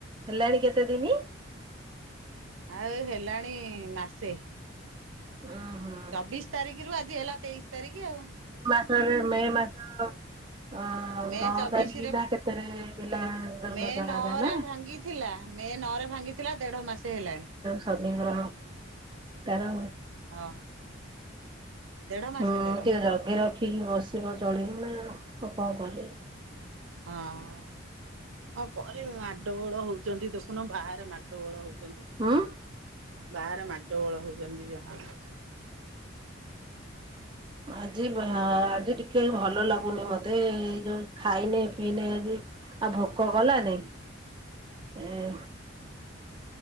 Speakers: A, on the right (about 25°); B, on the right (about 80°).
A: ହେଲାଣି କେତେ ଦିନି?
B: ଆଉ ହେଲାଣି ମାସେ।
A: ଉଂହଁ
B: ଚବିଶ ତାରିଖରୁ ଆଜି ହେଲା ତେଇଶି ତାରିଖ ଆଉ।
A: କି ମାସରେ ମେ ମାସ ଅ ଆଉ
B: ମେ
A: ନଅ
B: ଚବିଶ
A: ତାରିଖ
B: ରେ
A: ନା କେତେରେ ହୋଇଥିଲା ଦୁର୍ଘଟଣାଟା
B: ମେ ନଅରେ
A: ନାଁ?
B: ଭାଙ୍ଗିଥିଲା ମେ ନଅ ରେ ଭାଙ୍ଗିଥିଲା ଦେଢ ମାସେ ହେଲାଣି।
A: ସନିଗ୍ରହ ତାର
B: ହଁ ଦେଢ ମାସେ
A: ହୁଁ
B: ଦେଢ
A: ଟିକେ
B: ମାସେ
A: ଜଗି ରଖିକି ବସିବ ଚଳିବ ନାଁ ଆଉ ଆଉ କଣ କରିବ?
B: ହଁ କଅଁ କରିମୁ ମାଡଗୋଳ ହଉଚନ୍ତି ଦେଖୁନ ବାହାରେ ମାଡଗୋଳ ହଉଚନ୍ତି।
A: <unintelligible>
B: ବାହାରେ ମାଡ ଗୋଳ ହଉଚିନ୍ତି ଦି ଜଣ ଯାକ।
A: ଆଜି ଭା-ଆଜି ଟିକେ ଭଲ ଲାଗୁନି ମତେ ଏ ଯୋଉ ଖାଇନେ ପିଇନି ଆଜି। ଆଉ ଭୋକ କଲାନି। ଇଁ